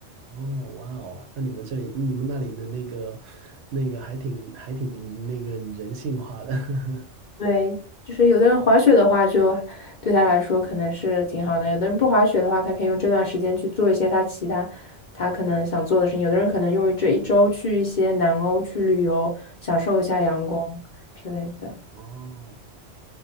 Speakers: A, on the right; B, on the left.
A: 哦，哇哦，那你们这里、你们那里的那个、那个还挺、还挺那个人性化的。<laughs>
B: 对，就是有的人滑雪的话就，对他来说可能是挺好的；有的人不滑雪的话，他可以用这段时间去做一些他其他他可能想做的事情；有的人可能用于这一周去一些南欧去旅游，享受一下阳光之类的。
A: 哦，